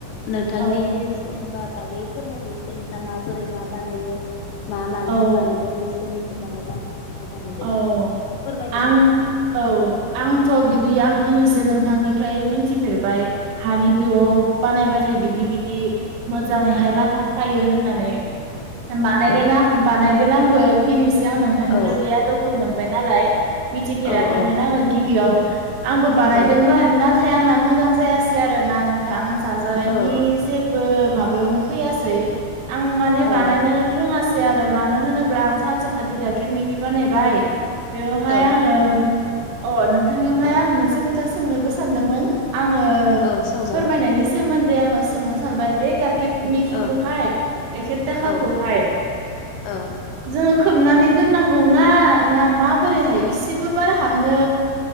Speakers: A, on the left (about 80°); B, on the right (about 80°).
A: नोंथांनि
B: औ
A: जेनबा बागै फोरमायदोस नोंथाङां म बोरै मा बानायो मा मानिखौ
B: औ
A: बानायदों मसोरनि नाय द मानाय
B: औ
A: बिनि बाख फोरमायदों
B: आं औ आंथ' बिदि आं दिनैसो नोंथांनिफ्राय मिथिफेरबाय हानि दोआव बानायबाथाय बिदिदि बिदि मोजाङैहाय लाथा खायो होननानै बानायगोन
A: औ
B: आं बानायगोन आंबो दिनैसो आं नोंथांनिफ्राय
A: औ
B: बे आ दबखौ मोनबाय नालाय मिथिफेराखैमोन
A: औ औ
B: आङो गिबियाव आंबो बानायदोंमोन
A: औ
B: नाथाय आंना मोजां जायासै आरोना नोंथां आ साजानायनि
A: औ
B: जसे ओ माबायावनो फैैआ सोय माने
A: औ
B: बानायनो रोङासै आरो मानो होनोब्ला आं सानसेखालि गाइखेर मेखि बानायबाय बेवहाय
A: औ
B: आङो अ नोंथांनियावहाय आं मोनसे खोथा सोंनोबो सानदोंमोन आङो
A: औ सोंजागोन
B: फोरमायनायनि सोमोन्दै आङो सोंनो सानबाय बे गाइखेर मिखिखौहाय
A: औ
B: गाइखेर दाखाखौहाय
A: औ औ
B: जोङो खोबनानै दोननांगौ ना ना माबोरैहाय इसेबो बार हाबनो